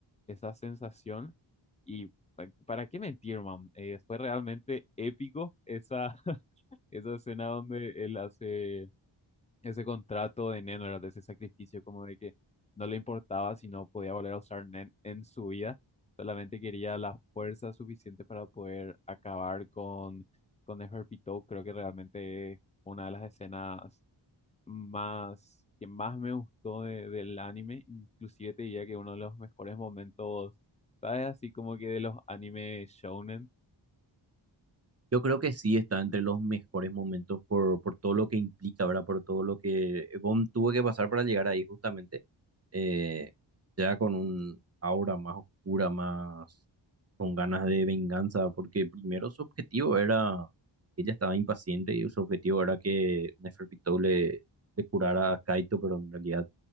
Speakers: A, on the left; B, on the right.
A: esa sensación. Y pa- para qué mentir, man, Eh, fue realmente épico esa, <laughs> esa escena donde él hace ese contrato de Nen, ¿verdad? De ese sacrificio como de que no le importaba si no podía volver a usar Nen en su vida. Solamente quería la fuerza suficiente para poder acabar con, con Neferpitou. Creo que realmente es una de las escenas más, que más me gustó de- del anime, inclusive te diría que uno de los mejores momentos, ¿sabes? Así como que de los anime shounen.
B: Yo creo que sí está entre los mejores momentos por, por todo lo que implica, ¿verdad? Por todo lo que Gon tuvo que pasar para llegar ahí justamente, eh, ya con un aura más oscura, más con ganas de venganza, porque primero su objetivo era, ella estaba impaciente y su objetivo era que Neferpitou le, le curara a Kaito, pero en realidad